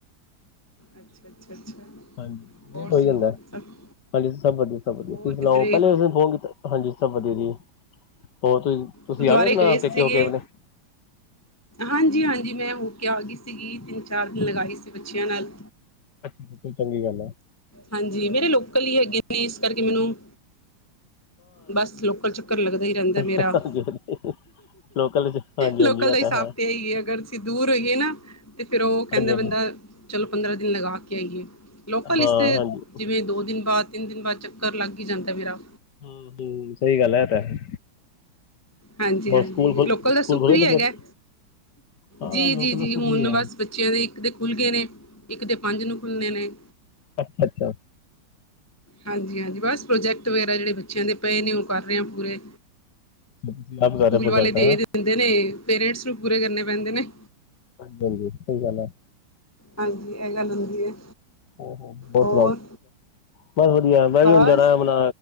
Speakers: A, on the left; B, on the left.
A: ਅੱਛਾ, ਅੱਛਾ, ਅੱਛਾ।
B: ਹਾਂਜੀ
A: ਹੋਰ
B: ਲੇਟ
A: ਸੁਣਾਓ
B: ਹੋ ਜਾਂਦੈ
A: ਸਭ
B: ਹਾਂਜੀ--ਸਬ ਵਦੀਆ, ਸਬ ਵਦੀਆ,
A: ਹੋਰ
B: ਤੁਸੀਂ
A: ਕਿਧਰੇ
B: ਸਨਾਓ? ਪੈਲੇ ਤੁਸੀਂ ਫੋਨ ਕੀਤਾ ਹਾਂਜੀ ਸਬ ਵਦੀਆ ਜੀ। ਹੋਰ ਤੁਸੀਂ, ਤੁਸੀਂ
A: ਗੁਰਦੁਆਰੇ
B: ਆਗੇ <unintelligible>
A: ਗਏ ਸੀਗੇ
B: ਪੇਕੇ ਹੋਕੇ ਅਪਨੇ?
A: ਹਾਂਜੀ, ਹਾਂਜੀ। ਮੈਂ ਹੋ ਕੇ ਆ ਗੀ ਸੀਗੀ ਤਿੰਨ ਚਾਰ ਦਿਨ ਲਗਾਈ ਸੀ ਬੱਚੇਆਂ ਨਾਲ
B: ਅੱਛਾ ਬਿਲਕੁਲ ਚੰਗੀ ਗੱਲ ਐਉ।
A: ਹਾਂਜੀ ਮੇਰੇ ਲੋਕਲ ਈ ਹੈਗੇ ਨੇ ਇਸ ਕਰਕੇ ਮੈਨੂੰ--ਨਉਦ ਬਸ, ਲੋਕਲ ਚੱਕਰ ਲੱਗਦਾ ਈ ਰੈਂਦੈ
B: ਹਾਂਜੀ
A: ਮੇਰਾ।
B: ਹਾਂਜੀ ਲੋਕਲ ਚ ਹਾਂਜੀ
A: ਲੋਕਲ
B: ਹਾਂਜੀ ਇਹ
A: ਦਾ ਹਿਸਾਬ
B: ਤਾਂ ਹੈ
A: ਤੇ ਐ ਈ ਐ, ਅਗਰ ਅਸੀ ਦੂਰ ਹੋਈਏ ਨਾ ਤੇ ਫੇਰ ਓ ਕੈਂਦੇ
B: ਹਾਂਜੀ ਹਾਂਜੀ
A: ਬੰਦਾ ਚਲੋ ਪੰਦਰਾਂ ਦਿਨ ਲਗਾ ਕੇ ਆਈਏ। ਲੋਕਲ
B: ਹਾਂ
A: ਇਸਤੇ
B: ਹਾਂਜੀ
A: ਜਿਵੇਂ ਦੋ ਦਿਨ ਬਾਦ। ਤਿੰਨ ਦਿਨ ਬਾਦ ਚੱਕਰ ਲੱਗ ਈ ਜਾਂਦੈ ਮੇਰਾ।
B: ਹੂੰ ਹੂੰ, ਸਈ ਗੱਲ ਐ। ਐ ਤਾ ਹੈ।
A: ਹਾਂਜੀ,
B: ਹੋਰ
A: ਹਾਂਜੀ
B: ਸਕੂਲ ਖੁੱਲ
A: ਲੋਕਲ ਦਾ
B: ਸਕੂਲ
A: ਸੁੱਖ
B: ਖੁੱਲ
A: ਵੀ
B: ਗਏ ਬੱਚਿਆਂ
A: ਹੈਗੈ।
B: ਦੇ ਹਾਂ
A: ਜੀ,
B: ਲੋਕਲ
A: ਜੀ, ਜੀ
B: ਸੁੱਖ
A: ਹੁਨ
B: ਵੀ ਹੈ।
A: ਬਸ ਬੱਚੇਆਂ ਦੇ ਇੱਕ ਦੇ ਖੁੱਲ੍ਹ ਗਏ ਨੇ। ਇੱਕ ਦੇ ਪੰਜ ਨੂੰ ਖੁੱਲਨੇ ਨੇ।
B: ਅੱਛ, ਅੱਛ।
A: ਹਾਂਜੀ, ਹਾਂਜੀ ਬਸ ਪ੍ਰੋਜੈਕਟ ਵਗੈਰਾ ਜੇੜੇ ਬੱਚੇਆਂ ਦੇ ਪਏ ਨੇ ਓ ਕਰ ਰਏ ਆਂ ਪੂਰੇ।
B: ਤੁਸੀਂ ਆਪ
A: ਸੂਕੂਲ
B: ਕਰ ਰਹੇ ਪ੍ਰੋਜੈਕਟ
A: ਵਾਲੇ ਦੇ
B: ਹੈ
A: ਦਿੰਦੇ ਨੇ, ਪੇਰੇਂਟਸ ਨੂੰ ਪੂਰੇ ਕਰਨੇ ਪੈਂਦੇ ਨੇ।
B: ਹਾਂਜੀ-ਹਾਂਜੀ, ਸਹੀ ਗੱਲ ਹੈ।
A: ਹਾਂਜੀ, ਇਹ ਗੱਲ ਹੁੰਦੀ ਹੈ।
B: <unintelligible> ਬਸ
A: ਹੋਰ
B: ਵਧੀਆ, ਮੈਂ
A: ਬਸ
B: ਵੀ ਹੁਣ ਜਾਣਾ। ਆਪਣਾ